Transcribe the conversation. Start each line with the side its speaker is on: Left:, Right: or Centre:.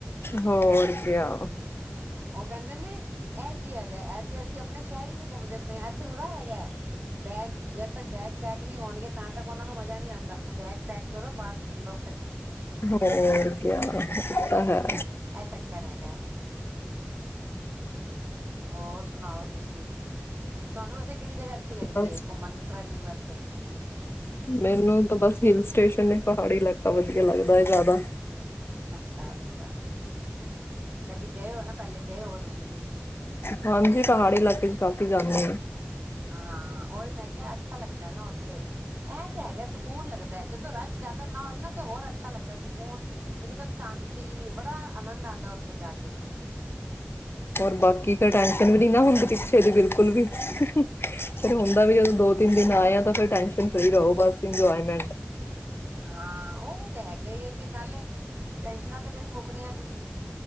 Left: ਹੋਰ ਕਿਆ
Right: ਉਹ ਕਹਿੰਦੇ ਨੇ ਇਹ ਕੀ ਹੈਗਾ ਇਹ ਤੇ ਅਸੀਂ ਆਪਣੇ ਸ਼ਹਿਰ ਚ ਘੁੰਮਦੇ ਪਏ ਹਾਂ ਇੱਥੇ ਥੋੜ੍ਹਾ ਹੈਗਾ ਹੈ ਬੈਗ ਜਦ ਤੱਕ ਬੈਗ ਪੈਕ ਨਹੀਂ ਹੋਣਗੇ ਤਾਂ ਤੱਕ ਉਹਨਾਂ ਨੂੰ ਮਜ਼ਾ ਨਹੀਂ ਆਉਂਦਾ ਬੈਗ ਪੈਕ ਕਰੋ, ਬਾਰ ਨਿਕਲੋ
Left: ਹੋਰ ਕਿਆ ਹੈ।
Right: ਇਹ ਚੱਕਰ ਹੈਗਾ ਹੋਰ ਸੁਣਾਓ ਤੁਸੀਂ ਤੁਹਾਨੂੰ ਵਸੇ ਕਿਹੜੀ ਜਗ੍ਹਾ ਅੱਛ ਲੱਗਦੀ
Left: ਬਸ
Right: ਹੈ ਘੁੰਮਣ ਟਰਵਲਿੰਗ ਵਸਤੇ ਸਹੀ
Left: ਮੈਨੂੰ ਤਾਂ ਬਸ ਹਿਲ ਸਟੇਸ਼ਨ ਨੇ ਪਹਾੜੀ ਇਲਾਕਾ ਵਧੀਆ ਲੱਗਦਾ ਹੈ ਜ਼ਿਆਦਾ
Right: ਅੱਛਾ ਅੱਛਾ ਕਦੀ ਗਏ ਹੋ ਨਾ ਪਹਿਲੇ ਗਏ ਹੋ ਤੁਸੀਂ ਵੀ
Left: ਹਾਂਜੀ ਪਹਾੜੀ ਇਲਾਕੇ ਚ ਕਾਫੀ ਜਾਂਦੇ ਆ
Right: ਹਾਂ ਉਹੀ ਮੈਂ ਕਿਹਾ ਅੱਛਾ ਲੱਗਦਾ ਨਾ ਉੱਥੇ ਇਹ ਤੇ ਹੈਗਾ ਸਕੂਨ ਲੱਗਦਾ ਜਦੋਂ ਰਸ਼ ਜ਼ਿਆਦਾ ਨਾ ਹੋਏ ਨਾ ਤੇ ਹੋਰ ਅੱਛਾ ਲੱਗਦਾ ਸਕੂਨ ਇੱਕਦਮ ਸ਼ਾਂਤੀ ਬੜਾ ਆਨੰਦ ਆਉਂਦਾ ਉੱਥੇ ਜਾ ਕੇ ਫਿਰ
Left: ਹੋਰ ਬਾਕੀ ਕੋ ਟੈਂਸ਼ਨ ਵੀ ਨੀ ਨਾ ਹੁੰਦੀ ਪਿੱਛੇ ਦੀ ਬਿਲਕੁਲ ਵੀ ਫਿਰ ਹੂਹੂ ਤਦੀ ਅ ਦੋ
Right: ਹਾਂ
Left: ਤਿੰਨ ਦਿਨ ਆਏ ਆ ਫਿਰਰ ਟੈਂਸ਼ਨ ਫਰੀ ਰਹੋ ਬਸ ਇੰਜੋਏਮੈਂਟ
Right: ਹਾਂ, ਉਹ ਤੇ ਹੈਗਾ ਹੀ ਆ ਫਿਰ ਨਾਲੇ ਟੈਨਸ਼ਨਾਂ ਤੇ ਕਦੀ ਮੁੱਕਣੀਆਂ ਨਹੀਂ